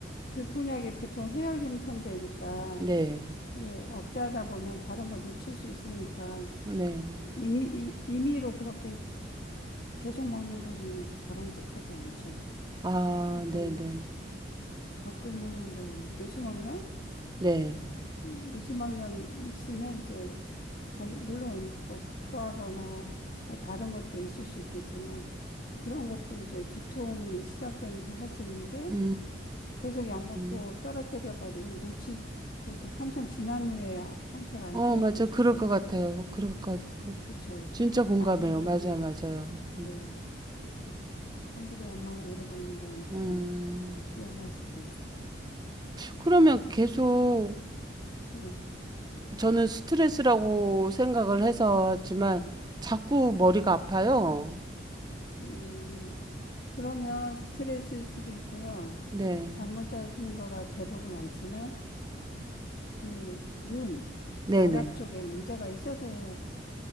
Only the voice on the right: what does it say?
네.
네.
아,
네네.
네.
음,
음.
어,
맞아.
그럴
것 같아요. 그럴 것 같아요.
진짜 공감해요.
맞아요, 맞아요.
음.
음.
그러면 계속
저는 스트레스라고 생각을 해서 했지만 자꾸 머리가 아파요.
네.
네네.